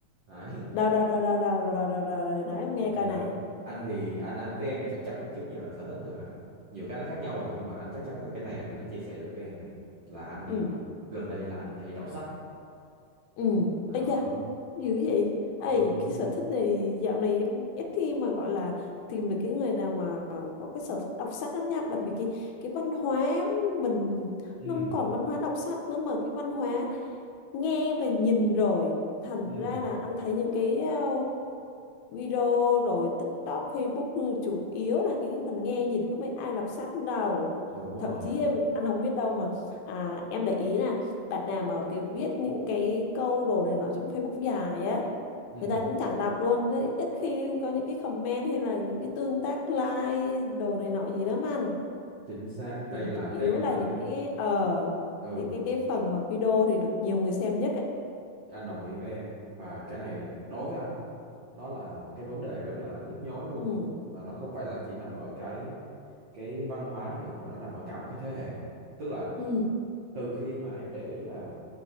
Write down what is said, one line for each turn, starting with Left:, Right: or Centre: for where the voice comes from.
Right: Đấy,
Left: đầu đầu đầu đầu đầu rồi rồi rồi rồi nói em nghe
Right: hay
Left: coi
Right: đó.
Left: này.
Right: Anh thì anh anh với em thì chắc chắn là trước giờ sở thích là nhiều cái nó khác nhau rồi nhưng mà anh chắc chắn là cái này anh có thể chia sẻ được với em này. Là anh
Left: Ừ,
Right: gần đây là anh hay đọc sách.
Left: ừ.
Right: Đó.
Left: Ây da, dữ vậy. Ây,
Right: Ừ.
Left: cái sở thích này dạo này em ít khi mà gọi là tìm được cái người nào mà có cái sở thích đọc sách lắm nha. Bởi vì cái cái văn hóa mình
Right: Ừ.
Left: nó không còn văn hóa đọc sách nữa mà cái văn hóa nghe và nhìn rồi. Thành
Right: Ừ,
Left: ra là anh thấy những cái ờ, video rồi TikTok, Facebook ừ, chủ yếu là cái phần nghe nhìn có mấy ai đọc sách đâu
Right: đúng rồi.
Left: thậm chí em anh không biết đâu mà à, em để ý là bạn nào mà cái viết những cái câu đồ này nọ trong Facebook dài á
Right: Ừ,
Left: người ta cũng chẳng đọc luôn đấy. ít khi có những cái comment hay là những cái tương tác like đồ này nọ gì lắm anh
Right: chính xác. Đây
Left: thì
Right: là
Left: chủ yếu
Right: đây cũng
Left: là
Right: là
Left: những
Right: cái
Left: cái ờ
Right: ừ,
Left: cái cái cái phần mà video thì được nhiều người xem nhất ấy.
Right: anh đồng ý với em và cái này đối với anh nó là một cái vấn đề rất là nhức nhối luôn
Left: ừ
Right: và nó không phải là chỉ nằm ở cái cái văn hóa nữa mà nó nằm ở cả một cái thế hệ. Tức là
Left: ừ
Right: từ khi mà em để ý là